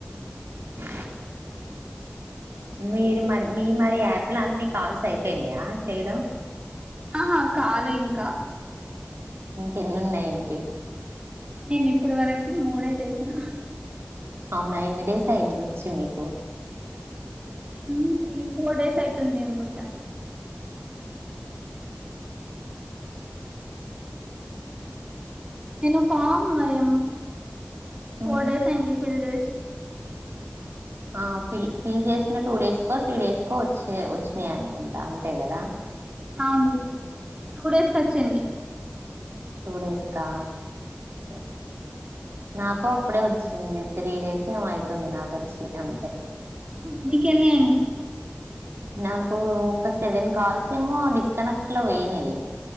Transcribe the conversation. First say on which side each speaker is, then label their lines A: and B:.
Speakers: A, on the right; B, on the right.
A: ఆ మీరు మరి మీ మరి యాప్ లో అన్ని కాల్స్ అయిపోయినాయా చేయడం
B: ఆహా కాలే ఇంకా
A: ఇంకా ఎన్ని ఉన్నాయి ఏంటి
B: నేను ఇప్పుడు వరకి మూడే చేసిన
A: అవునా ఎన్ని డేస్ అయింది వచ్చి మీకు
B: మ్మ్ త్రీ ఫోర్ డేస్ అయితుంది అనుకుంటా తిను ఫమ్ మాయమ్ ఫోర్
A: ఉమ్.
B: డేస్ అయింది ఫిల్ చేస్ కి
A: ఆ ఫిల్ ఫిల్ చేసిన టూ డేస్ కో త్రీ డేస్ కో వచ్చి ఏ వచ్చినాయి అనుకుంటా అంతే గదా
B: అవునూరు టూ డేస్ కు వచ్చండి
A: టూ డేస్ కా అకా నాకు అప్పుడే వచ్చింది త్రీ డేస్ ఏమో ఐతుంది నాకువోచ్చి అం
B: మీ కెన్ని అని
A: నాకు ఒక సెవెన్ కాల్స్ ఏమో డిస్ కనెక్ట్ లో వెయినాయి